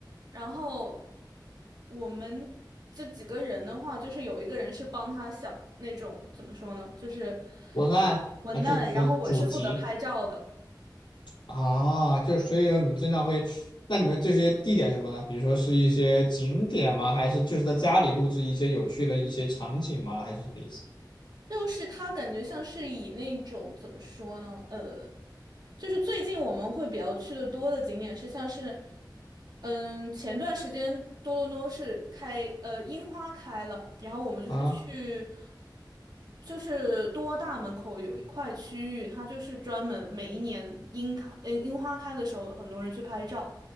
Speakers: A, on the right (about 60°); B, on the left (about 80°).
A: 然后我们这几个人的话，就是有一个人是帮他想那种怎么说呢，就是
B: 文案还是纯主题。
A: 文案，然后我是负责拍照的。
B: 啊，就所以说你经常会，那你们这些地点什么呢？比如说是一些景点吗？还是就是在家里录制一些有趣的一些场景吗？还是什么意思
A: 就是他感觉像是以那种怎么说呢？呃，就是最近我们会比较去的多的景点是像是，嗯，前段时间多伦多是开呃樱花开了，然后我们就是去，
B: 啊
A: 就是多大门口有一块区域，它就是专门每一年樱开嗯樱花开的时候，很多人去拍照，